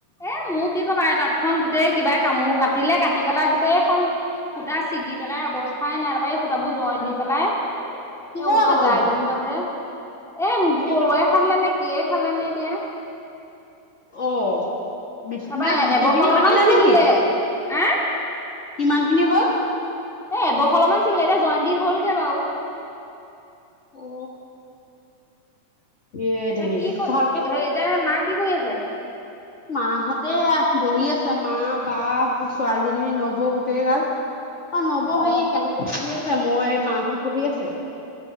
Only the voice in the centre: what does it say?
এ মোৰ কি কবা এই তাতখন গোটেই কিবাই কামোৰ কাটিলে কাটি পেলাই গোটেইখন। সূতা ছিগি পেলাই অৱস্থাই নাই, তাপা এই সূতাবোৰ জইন দি পেলাই। এ
ওচৰৰ
গাই জনীও আছে, এ
পৰুৱাই
খালালে নে কিয়ে খালে নে এতিয়া।
তাৰপা
এবখলা
মান ছিগিলে
আহ
এ এবখলা মান চিগিলে এতিয়া জইন দি হ'লগে বাৰু।
ত কি ক
এতিয়া মা কি কৰি আছে?
অ